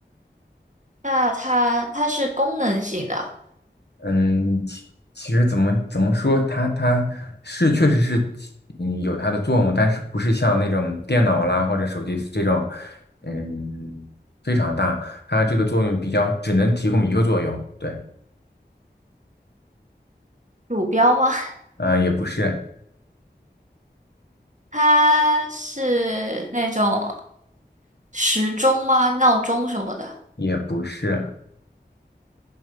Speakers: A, on the right; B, on the left.
A: 那它它是功能性的
B: 嗯，其其实怎么怎么说，它它是确实是起嗯有它的作用，但是不是像那种电脑啦或者手机这种，嗯，非常大，它这个作用比较只能提供一个作用，对，
A: 鼠标吗？<laughs>
B: 嗯、也不是，
A: 它是那种时钟吗？闹钟什么的，
B: 也不是，